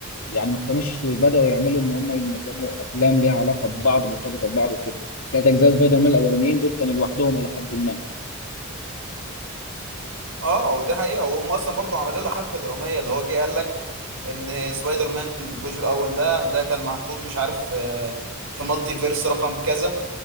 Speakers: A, on the left; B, on the right.
A: يعني ما كانوش بداوا يعملوا ان هم ينظموا افلام ليها علاقه ببعض مرتبطه ببعض وكده ثلاث اجزاء سبايدر مان الاولانيين دول كانوا لوحدهم الى حد ما
B: اه ودي حقيقة هم اصلا برضو عملوا له حبكة درامية اللي هو جه قال لك ان سبايدر مان الجزء الاول ده ده كان محطوط مش عارف آه، في مالتي فيرس رقم كذا